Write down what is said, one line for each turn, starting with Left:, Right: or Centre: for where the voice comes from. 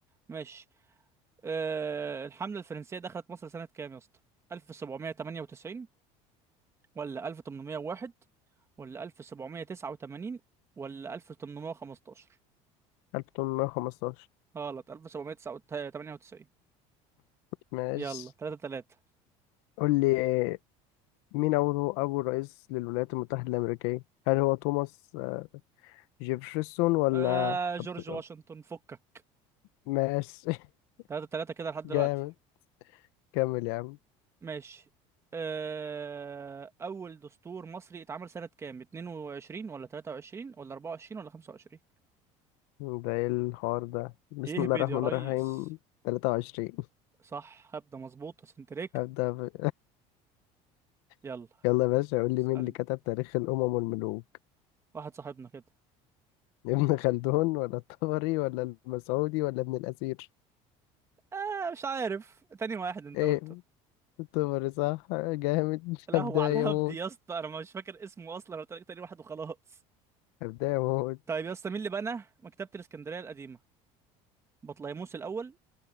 Right: ماشي آه، الحملة الفرنسية دخلت مصر سنة كام يا اسطى؟ 1798 ولا 1801 ولا 1789 ولا 1815
Left: 1815
Right: غلط 1798
Left: ماشي
Right: يلا 3 3
Left: قول لي آه، مين أول أول رئيس للولايات المتحدة الأمريكية؟ هل هو توماس آه، جيفرسون ولا
Right: آه جورج
Left: أبرام؟
Right: واشنطن فكك
Left: ماشي <laughs>
Right: 3 3 كده لحد
Left: جامد
Right: دلوقتي
Left: كمل يا عم
Right: ماشي آه أول دستور مصري اتعمل سنة كام؟ 22 ولا 23 ولا 24 ولا 25؟
Left: ده ايه الحوار ده بسم
Right: ايه
Left: الله
Right: بيد
Left: الرحمن
Right: يا ريس
Left: الرحيم 23
Right: صح هبدأ مظبوطة سنتريكا
Left: هبدأ ب...
Right: يلا
Left: <laughs> يلا يا باشا قول لي
Right: اسألني
Left: مين اللي كتب تاريخ الأمم والملوك
Right: واحد صاحبنا كده
Left: ابن خلدون ولا الطبري ولا المسعودي ولا ابن الأثير
Right: آه مش عارف تاني واحد انت
Left: ايه
Right: قلته
Left: الطبري صح جامد <laughs>
Right: القهوة
Left: هبدأ
Right: على الهبد
Left: يموت
Right: يا اسطى انا مش فاكر اسمه اصلا انا قلت لك تاني واحد وخلاص
Left: هبدأ يموت
Right: طيب يا اسطى مين اللي بنى مكتبة الاسكندرية القديمة بطليموس الاول